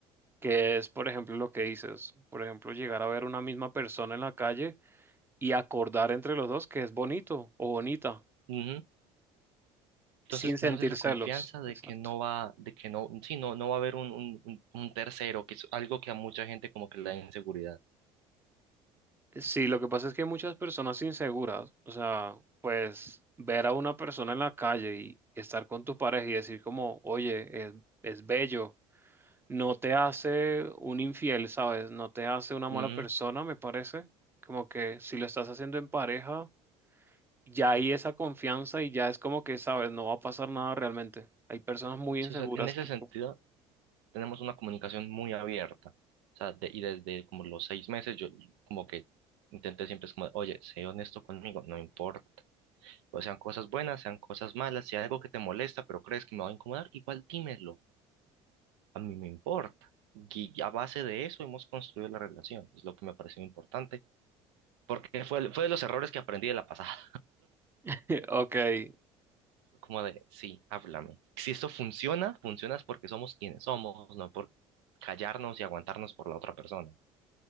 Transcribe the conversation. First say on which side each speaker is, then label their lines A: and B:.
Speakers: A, on the right; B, on the right.
A: que es, por ejemplo, lo que dices. Por ejemplo, llegar a ver una misma persona en la calle y acordar entre los dos que es bonito o bonita,
B: Ujú. Entonces
A: sin sentir
B: tenemos esa
A: celos.
B: confianza de
A: Exacto.
B: que no va, de que no, sí, no, no va a haber un, un, un- un tercero, que es algo que a mucha gente como que le da inseguridad.
A: Sí, lo que pasa es que hay muchas personas inseguras, o sea, pues ver a una persona en la calle y estar con tu pareja y decir como, oye, es, es bello no te hace un infiel, ¿sabes? No te hace una mala
B: Ujú.
A: persona, me parece. Como que si lo estás haciendo en pareja, ya hay esa confianza y ya es como que, ¿sabes? No va a pasar nada realmente. Hay personas muy
B: Sí,
A: inseguras
B: o sea, en ese
A: que...
B: sentido tenemos una comunicación muy abierta. O sea, de- y desde como los seis meses yo como que intenté siempre es como, oye, sé honesto conmigo, no importa. O sean cosas buenas, sean cosas malas, si hay algo que te molesta, pero crees que me va a incomodar, igual dímelo. A mí me importa. Y a base de eso hemos construido la relación. Es lo que me pareció importante Porque fue, fue de los errores que aprendí de la pasada.
A: <laughs> Ok,
B: <laughs> Fue Como de, sí, háblame. Si esto funciona, funciona es porque somos quienes somos, no por callarnos y aguantarnos por la otra persona.